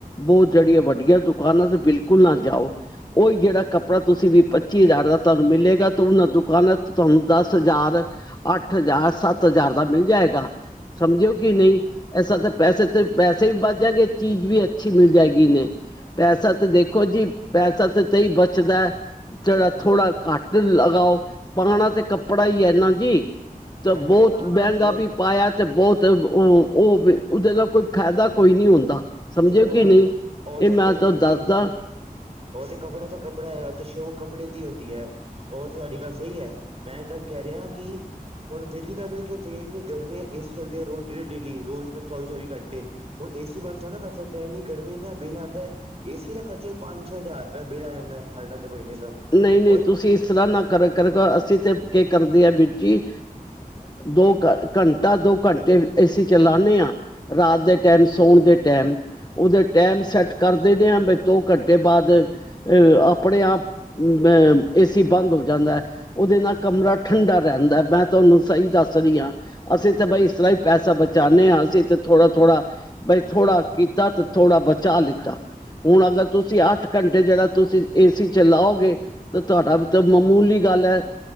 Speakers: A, on the left; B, on the right.
A: ਬਹੁਤ ਜਿਹੜੀ ਆ ਵੱੀਆ ਦੁਕਾਨ ਆ ਤੇ ਬਿਲਕੁਲ ਨਾ ਜਾਓ ਉਹੀ ਜਿਹੜਾ ਕੱਪੜਾ ਤੁਸੀਂ ਵੀ ਪੱਚੀ ਹਜ਼ਾਰ ਦਾ ਤੁਹਾਨੂੰ ਮਿਲੇਗਾ ਤੇ ਉਹਨਾਂ ਦੁਕਾਨਾਂ ਚ ਤੁਹਾਨੂੰ ਦੱਸ ਦ ਹਜ਼ਾਰ ਅੱਠ ਹਜ਼ਾਰ ਸੱਤ ਹਜ਼ਾਰ ਦਾ ਮਿਲ ਜਾਏਗਾ ਸਮਝੋ ਕਿ ਨਹੀਂ ਇਸਸਾ
B: ਹਾਂਜੀ
A: ਤਾਂ ਪੈਸੇ ਤੇ ਪੈਸੇ ਪੈਸੇ ਵੀ ਵਚ ਜਾਂਗੇ ਚੀਜ਼ ਵੀ ਅੱਛੀ ਮਿਲ ਜਾਏਗੀ ਨੇ ਪੈਸਾ ਤਾਂ ਦੇਖੋ ਜੀ ਪੈਸਾ ਤਾਂ ਤੇ ਹੀ ਬਚਦਾ ਜਿਹੜਾ ਥੋੜਾ ਘੱਟ ਲਗਾਓ ਪਾਣਾ ਤੇ ਕੱ ਪੜ੍ਹਾਈ ਹੈ ਇਹਨਾ ਜੀ ਤਾਂ
B: ਭੈਣ
A: ਬਹੁਤ
B: ਜੀ ਦੁਕਾਨ ਦਾ
A: ਮੈਂਗਾ
B: ਕੀ ਹੈ
A: ਵੀ ਪਾਇਆ ਤੇ ਬਹੁਤ ਉਹ ਉਹ ਉਹਦੇ ਨਾਲ ਕੋਈ ਫਾਇਦਾ ਕੋਈ ਨੀ ਹੁੰਦਾ ਸਮਝੇ
B: ਚਲੋ
A: ਕਿ
B: ਉਹ
A: ਨਹੀਂ
B: ਤਾਂ ਉਹ
A: ਇਹ
B: ਤਾਂ
A: ਮੈਂ
B: ਕੋਈ
A: ਤੁੂੰ
B: ਨੀ
A: ਦੱਸਦਾ
B: ਜੀ ਉਹ ਤੇ ਕੱਪੜਾ ਤੇ ਕੱਪੜਾ ਹੈ ਤੇ ਸ਼ੋ ਕੱਪੜੇ ਦੀ ਹੁੰਦੀ ਹੈ ਉਹ ਤੇ ਸਾਡੀ ਗੱਲ ਸਹੀ ਹੈ ਮੈਂ ਇਹ ਗੱਲ ਕਹਿ ਰਿਹਾ ਕਿ ਹੁਣ ਬਿਜਲੀ ਦਾ ਬਿੱਿਲ ਕੇਹੀੀ ਗਰਮੀੀਆਂ ਏ ਸੀ ਚੱਲਦੀ ਹੈ ਰੋਜ਼ ਡੇਲੀ ਡੇਲੀ ਰੋਜ਼ ਚੌਵੀ ਚੌਵੀ ਘੰਟੇ ਹੁਣ ਏਸੀ ਬੰ ੋ ਨਾ ਦੇ ਹਦੀ ਗਰਮੀ ਨਾਲ ਬਿੱਲ ਆਉਂਦਾ ਏਸੀ ਦਾ ਖਰਚਾ ਹੀ ਪੰਜ ਛੇ ਹਜ਼ਾਰ ਰੁਪਏ ਬਿੱਲ ਆ ਜਾਂਦਾ ਸਾਡਾ ਤੇ ਮਹੀਨੇ ਦਾ
A: ਨਹੀਂ ਨਹੀਂ
B: ਉਹੀ
A: ਤੁਸੀਂ ਇਸ ਤਰ੍ਹਾਂ ਨਾ ਕਰ ਕਰ ਅਸੀਂ ਤੇ ਕੀ ਕਰਦੇ ਹ ਵੀਰਜੀ ਦੋ ਘੰਟਾ ਦੋ ਘੰਟੇ ਅਏਸੀਂ ਚਲਾਉਦੇ ਹਾਂ ਰਾਤ ਦੇ ਟੈਮ ਸੌਣ ਦੇ ਟੈਮ ਉਹਦੇ ਟੈਮ ਸੈੱਟ ਕਰ ਦਦੇ ਹ ਬ ਦੋ ਘੰਟੇ ਬਾਅਦ ਅਹ ਆਪਣੇ ਆਪ ਅ ਏਸੀ ਬੰਦ ਹੋ ਜਾਂਦਾ ਹੈ ਉਹਦੇ ਨਾਲ ਕਮਰਾ ਠੰਡਾ ਰਹਿੰਦਾ ਮੈਂ ਤੁਹਾਨੂੰ ਸਹੀ ਦੱਸ ਦੱਸ ਰਹੀ ਹਾਂ ਅਸੀਂ ਤਾਂ ਬਾਈ ਇਸਲਾ ਪੈਸਾ ਬਚਾਉਂਦੇ ਹਾਂ ਅਸੀਂ ਤੇ ਥੋੜਾ ਥੋੜਾ ਬਈ ਥੋੜਾ ਕੀਤਾ ਤੇ ਥੋੜਾ ਬਚਾ ਲਿੱਤਾ ਹੁਣ ਅਗਰ ਤੁਸੀਂ ਅੱਠ ਘੰਟੇ ਜਿਹੜਾ ਤੁਸੀਂ ਏਸੀ ਚ ਲਓਗੇ ਤਾਂ ਤੁਹਾਡਾ ਤਾਂ ਮਾਮੂਲੀ ਗੱਲ ਹੈ